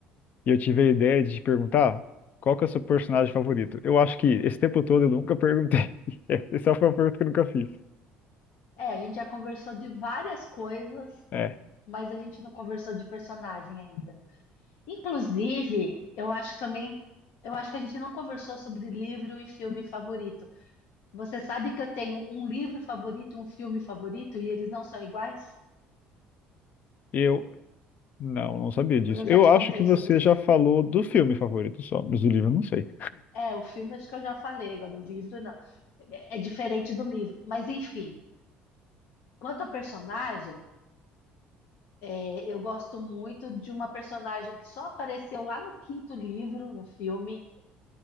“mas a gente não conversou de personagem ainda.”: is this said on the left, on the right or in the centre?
Left